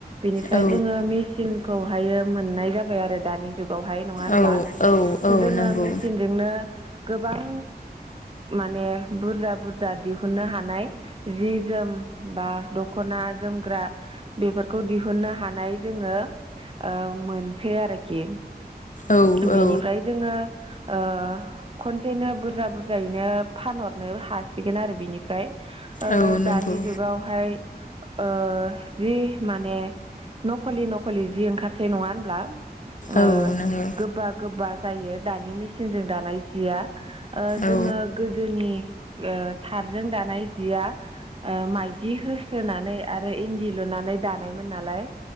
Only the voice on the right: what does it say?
बेनिफ्राय
जोङो मेचिनखौहायो मोननाय जाबाय आरो दानि जुगावहाय नङा होनब्ला
जोङो
मेसिनजोंनो गोबां माने बुरजा बुरजा दिहुननो हानाय जि जोम बा दख'ना जोमग्रा बेफोरखौ दिहुननो हानाय जोङो ओ मोनसै आरोखि
बेनिफ्राय
जोङो ओ खनसेनो बुरजा बुरजायैनो फानहरनो हासिगोन आरो बिनिफ्राय ओ
दानि फ्राय मानि जि माने नखलि नखलि जि ओंखारसै नङा होनब्ला ओ
गोबा गोबा जायो दानि मेसिनजों दानाय जिया ओ जोङो
गोदोनि ओ थारजों दानाय जिया ओ माइदि होस्रोनानै आरो इन्दि लुनानै दानायमोन नालाय